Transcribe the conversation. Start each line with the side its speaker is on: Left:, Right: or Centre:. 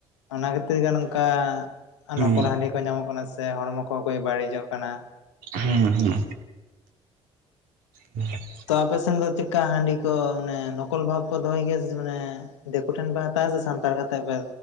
Left: ᱚᱱᱟ ᱠᱷᱟᱹᱛᱤᱨ ᱜᱮ ᱱᱚᱝᱠᱟ
Right: ᱦᱩᱸ
Left: ᱱᱚᱠᱚᱞ ᱦᱟᱺᱰᱤ ᱠᱚ ᱧᱟᱢᱚᱜ ᱠᱟᱱᱟ ᱥᱮ ᱦᱚᱲᱢᱚ ᱠᱚᱠᱚᱡ ᱵᱟᱹᱲᱤᱡᱚᱜ ᱠᱟᱱᱟ
Right: ᱦᱩᱸ ᱦᱩᱸ ᱦᱮ <unintelligible>
Left: ᱛᱚ ᱟᱯᱮ ᱥᱮᱱ ᱫᱚ ᱪᱮᱫᱠᱟ ᱦᱟᱺᱰᱤ ᱠᱚ ᱢᱟᱱᱮ ᱱᱚᱠᱚᱞ ᱵᱷᱟᱵ ᱠᱚ ᱫᱚᱦᱚᱭ ᱜᱮᱭᱟ ᱢᱟᱱᱮ ᱫᱤᱠᱩ ᱴᱷᱮᱱ ᱯᱮ ᱦᱟᱛᱟᱣᱣᱟ ᱥᱮ ᱥᱟᱱᱛᱟᱲ ᱠᱟᱛᱮᱜ ᱯᱮ